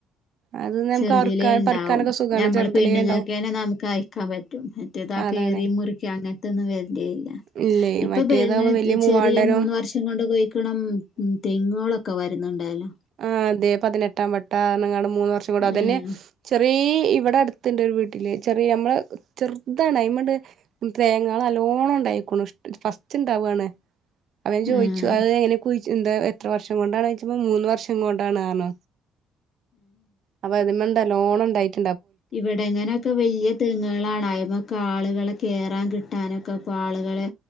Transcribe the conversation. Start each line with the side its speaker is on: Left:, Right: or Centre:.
Right: അത് നമുക്ക്
Left: ചെറുതിലെണ്ടാവും
Right: അറുക്കാൻ പറിക്കാനൊക്കെ സുഖാണ്
Left: നമ്മള്
Right: ചെറുതിലേ
Left: പെണ്ണുങ്ങൾക്ക്
Right: ഉണ്ടാവും
Left: തന്നെ നമുക്ക് അയക്കാൻ പറ്റും മറ്റേതാക്ക്
Right: അതാണ്
Left: കറിയ മുറിക്ക അങ്ങനത്തെ ഒന്നും വരണ്ടില്ല
Right: ഇല്ലേ
Left: ഇപ്പൊ
Right: മറ്റേതാകുമ്പോ
Left: പെങ്ങ
Right: വലിയ മൂവാണ്ടനും
Left: ചെറിയ മൂന്ന് വർഷം കൊണ്ട് കായ്ഴക്കണ തെങ്ങുകളൊക്കെ ഒക്കെ വരുന്നുണ്ടല്ലോ.
Right: ആ അതെ പതിനെട്ടാം വട്ട എന്നങ്ങാണും മൂന്ന് വർഷം കൊണ്ട്
Left: ഉം
Right: അതന്നെ ചെറീ ഇവിടെ അടുത്തുണ്ട് ഒരു വീട്ടില്. ചെറിയ നമ്മളെ ചെറുതാണ്. അയ്മ്മേടെ തേങ്ങള് നല്ലോണം ഉണ്ടായിക്കോണു ഇഷ്ട ഫസ്റ്റ് ഇണ്ടാവാണ്. അവൻ ചോദിച്ചു
Left: ഉം
Right: അത് എങ്ങനെ കുഴിച്ചു എന്താ എത്ര വർഷം കൊണ്ടാണ് ചോയിച്ചപ്പോ മൂന്ന് വർഷം ങ്ങോട്ടാണ് ആണോ? അപ്പം അതിമ്മെ ഇണ്ടാ ലോണുണ്ടായിട്ട്-
Left: ഇവിടെ എങ്ങനക്ക് വെല്യ തേങ്ങുകള ളാ- ഇപ്പം കാള്‌കള് കേറാൻ കിട്ടാനൊക്കെ ഇപ്പ ആളുകളെ